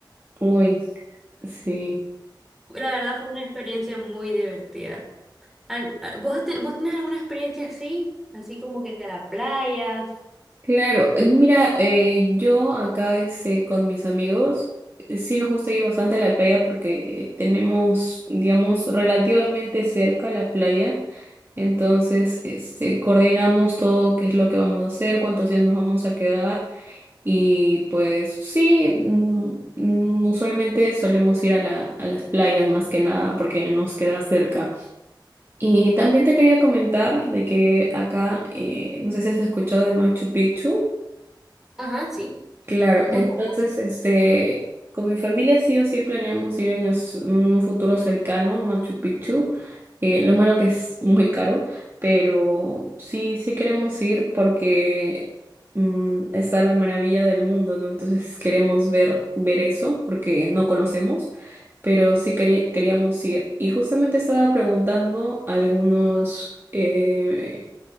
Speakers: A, on the right; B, in the centre.
A: Uy, sí.
B: La verdad fue una experiencia muy divertida. Al- al- ¿Vos, te- vos tenés alguna experiencia así? Así como que a la playa.
A: Claro, eh, mira, eh, yo acá este, con mis amigos eh, sí nos gusta ir bastante a la playa porque tenemos, digamos, relativamente cerca la playa, entonces este, coordinamos todo qué es lo que vamos a hacer, cuántos días nos vamos a quedar y pues sí, mm, mm, usualmente solemos ir a la, a las playas más que nada porque nos queda cerca. Y también te quería comentar de que acá, eh, no sé si has escuchado de Machu Picchu.
B: Ajá, sí,
A: Claro,
B: muy
A: entonces,
B: famoso.
A: este, con mi familia sí o sí planeamos ir en as- un futuro cercano a Machu Picchu. Eh, lo malo que es muy caro, pero sí, sí queremos ir porque mm, está la maravilla del mundo, ¿no? Entonces queremos ver, ver eso porque no conocemos, pero sí quería- queríamos ir. Y justamente estaba preguntando algunos, eh,